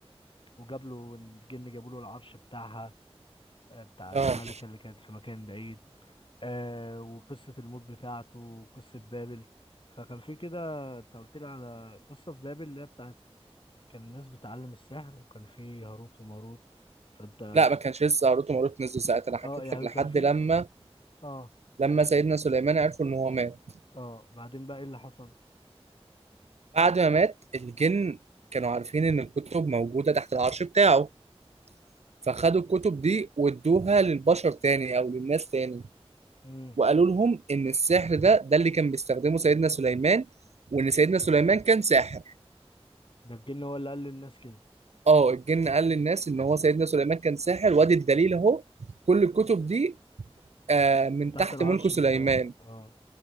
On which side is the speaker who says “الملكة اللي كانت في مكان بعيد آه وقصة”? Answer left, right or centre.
Left